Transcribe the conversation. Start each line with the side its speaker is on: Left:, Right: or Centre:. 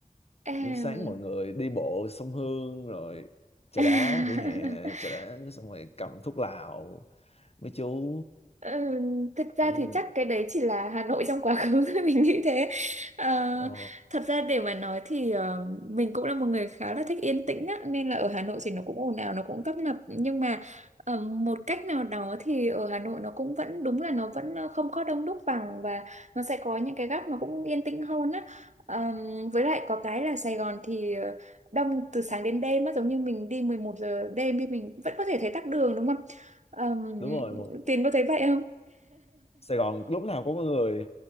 Right: Em-
Left: Buổi sáng mọi người đi bộ sông Hương rồi trà
Right: <laughs>
Left: đá vỉa hè trà đá xong rồi cầm thuốc lào mấy chú
Right: Ờ, thực ra
Left: ừ,
Right: thì chắc cái đấy chỉ là Hà Nội trong quá khứ thôi <laughs> mình nghĩ thế Ờ,
Left: ờ,
Right: thật ra để mà nói thì ờ, mình cũng là một người khá là thích yên tĩnh á, nên là ở Hà Nội thì nó cũng ồn ào nó cũng tấp nập nhưng mà ờ, một cách nào đó thì ở Hà Nội nó cũng vẫn đúng là nó vẫn ờ, không có đông đúc bằng và nó sẽ có những cái góc nó cũng yên tĩnh hơn á Ờ, với lại có cái là Sài Gòn thì ờ, đông từ sáng đến đêm á giống như mình đi 11 giờ đêm thì mình vẫn có thể thấy tắc đường đúng không Ờm,
Left: đúng rồi
Right: Tiến có thấy vậy không?
Left: Sài Gòn lúc nào cũng có người